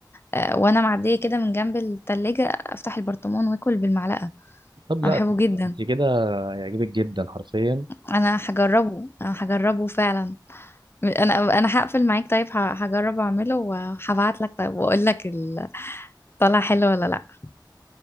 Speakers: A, on the left; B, on the right.
A: آه، وانا معدية كده من جنب التلاجة افتح البرطمان واكل بالمعلقة
B: طب لا
A: انا بحبه جدا
B: انت كده هيعجبك جدا حرفيا
A: انا هجربه انا هجربه فعلا انا انا هقفل معاك طيب ه- هجرب اعمله وهبعت لك طيب واقول لك ال- طلع حلو ولا لا